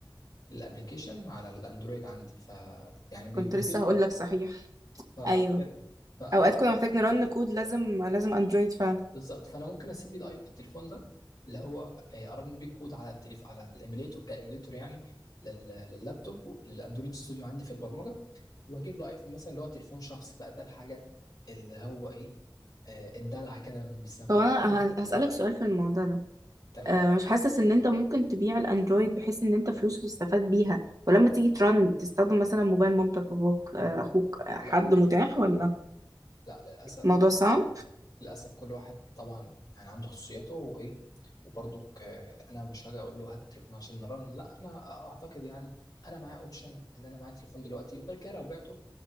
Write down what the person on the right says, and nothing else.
كنت
لسه هقول
لك صحيح
ايوه
اوقات
كنا محتاج نرن كود لازم لازم اندرويد فعلا
طب انا
ه- هسألك سؤال في الموضوع ده
أه مش حاسس ان انت ممكن تبيع الاندرويد بحيث ان انت فلوس تستفاد بيها ولما تيجي ترن تستخدم مثلا موبايل مامتك باباك آه، اخوك آه،
حد
متاح ولا
الموضوع صعب